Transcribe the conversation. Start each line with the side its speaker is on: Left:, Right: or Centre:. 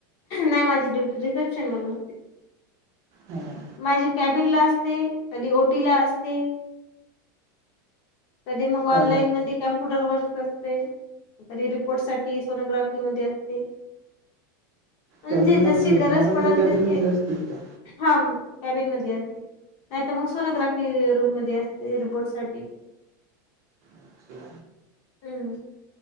Left: नाहीं माजी ड्युंटी रिसेप्शनं लां नसते
Right: हां.
Left: मांझी कॅबिन लां असतें कधीं ओटी लां असतें कधीं मंग
Right: कॅ
Left: ऑनलाईनं मंध्ये कां फुटरवसं असते कधीं रिपोर्ट सांठी सोनोग्राफी मंध्ये असते म्हणजे
Right: कॅबिनला
Left: जसे गरजं
Right: मॅडमच्या
Left: पडेलं
Right: कॅबिनमध्ये
Left: तंसे
Right: असतील त्या?
Left: हा कॅबिन मंध्ये असते नाहीं तरं मंग सोनोग्रांफी रूंम मंध्ये असते रिबोट सांठी
Right: अच्छा.
Left: हम्मं <unintelligible>